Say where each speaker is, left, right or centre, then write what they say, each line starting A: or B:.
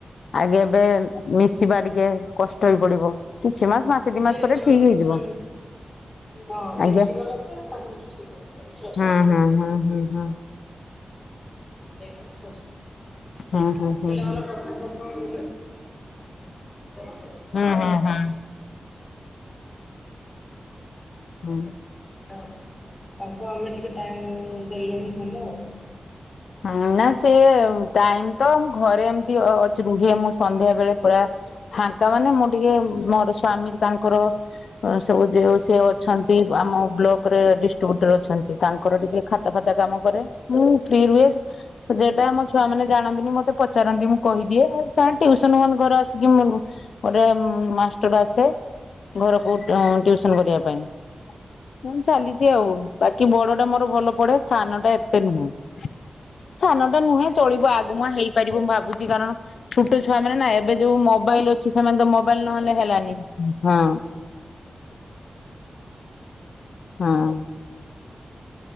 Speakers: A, on the left; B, on the left.
A: ଆଗେ ଏବେ ମିଶିବା ଟିକେ କଷ୍ଟ ହେଇ ପଡିବ। କିଛି ମାସ ମାସେ ଦି
B: ସେ
A: ମାସ ପରେ
B: ମାନ
A: ଠିକ
B: କ
A: ହେଇଯିବ।
B: ହଁ ମିଶଗଲା
A: ଆଜ୍ଞା।
B: ପରେ ସବୁ କିଛି ଠିକ୍ ହେଇ ଯିବ। କିଛି ଅସୁବିଧା
A: ହୁଁ
B: ହବନି।
A: ହୁଁ ହୁଁ ହୁଁ ହୁଁ
B: ସେଇଟା ସଶ
A: ହୁଁ ହୁଁ ହୁଁ
B: ପିଲାମାନେ
A: ହୁଁ
B: ପ୍ରଥମ ପ୍ରଥମେ <unintelligible>
A: ହୁଁ ହୁଁ ହୁଁ। ହୁଁ।
B: ହଁ ତାଙ୍କ ଆମେ ଟିକେ ଟାଇମ୍ ଦେଲେ ହିଁ ଭଲ ଆଉ।
A: ହଁ ନା। ସିଏ ଟାଇମ୍ ତ ଘରେ ଏମତି ଅ ଅଛି ରୁହେ ମୁଁ ସନ୍ଧ୍ୟାବେଳେ ପୁରା ଫାଙ୍କା ମାନେ ମୁଁ ଟିକେ ମୋର ସ୍ଵାମୀ ତାଙ୍କର ସବୁ ଯ ସେ ଅଛନ୍ତି ଆମ ବ୍ଲକରେ ଡିଷ୍ଟ୍ରିବୁଟରେ ଅଛନ୍ତି। ତାଙ୍କର ଟିକେ ଖାତା ଫାତା କାମ କରେ। ଫି ରୁହେ ଯେଟା ଆମ ଛୁଆ ମାନେ ଜାଣନ୍ତିନି ମତେ ପଚାରନ୍ତି ମୁଁ କହିଦିଏ। ଆଉ ସାର୍ ଟିଉସନ ହୁଅନ୍ତି ଘରେ ଆସିକି ଗୋଟେ ମାଷ୍ଟର ଆସେ ଘରକୁ ଟିଉସନ କରିବା ପାଇଁ। ମୁଁ ଚାଲିଛି ଆଉ ବାକି ବଡ ଟା ମୋର ଭଲ ପଢେ। ସାନ ଟା ଏତେ ନୁହେଁ। ସାନଟା ନୁହେଁ। ଚଳିବ ଆଗ ମୁଆ ହେଇପାରିବ ମୁଁ ଭାବୁଛି। କାରଣ ଛୋଟ ଛୁଆ ମାନେ ନା ଏବେ ଯୋଉ ମୋବାଇଲ ଅ କି ସେମାନେ ତ ମୋବାଇଲ ନହେଲେ ହେଲାନି ହଁ। ହଁ।